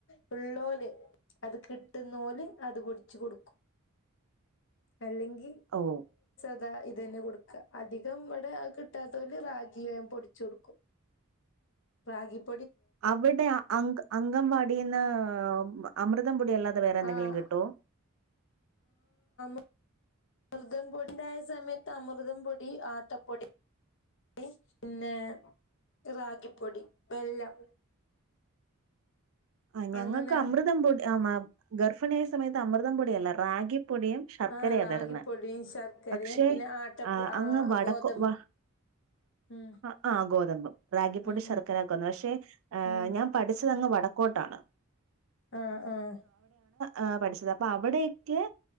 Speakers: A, on the left; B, on the right.
A: പിള്ളോല് അത്, കിട്ടുന്നോലെ, അത്, പൊടിച്ചു, കൊടുക്കും, അല്ലെങ്കി
B: ഓ.
A: അതാ, ഇതന്നെ, കൊടുക്ക, അധികം, ഇവിടെ, ആ, കിട്ടാത്തോണ്ട്, റാഗിയ, ഞാ, പൊടിച്ചൊടുക്കും. റാഗിപ്
B: അവിടെ, അ, അംഗ, അംഗവാടീന്ന്, ഉം, മ അമൃത് തംപൊടിയല്ലാതെ, വേറെ, എന്തെങ്കിലും,
A: ആഹ്
B: കിട്ടോ?
A: അമൃതംപൊടിണ്ടായ, സമയത്ത്, അമൃതംപൊടി, ആട്ടപ്പൊടി ടീം, പിന്നെ, റാഗിപ്പൊടി, വെല്ലം.
B: അ, ഞങ്ങക്ക്,
A: അങ്ങനെ
B: അമൃതം, പൊടി, ആ, ഗർഫിണിയായ, സമയത്ത്, അമൃതം, പൊടിയല്ല, റാഗി പൊടിയും, ശർക്കരയാ,
A: ആഹ് റാഗിപ്പൊടിയും
B: തര്ന്നെ,
A: ശർക്കരയും
B: പക്ഷെ,
A: പിന്നെ ആട്ടപ്പ
B: ആ, അങ്ങ്, വടക്കൊ,
A: ഗോതമ്പ്
B: വ
A: ഉം
B: ആ, ആ, ഗോതമ്പും, റാഗി, പൊടി,
A: ഉം
B: ശർക്കരൊക്കെ,
A: ഉം
B: വന്നു, പക്ഷെ,
A: ഉം
B: ഞാൻ, പഠിച്ചതങ്ങ് വട ക്കോട്ടാണ്.
A: ആ, ആ.
B: ആ, പഠിച്ചത്, അപ്പൊ, അവടെയെക്കെ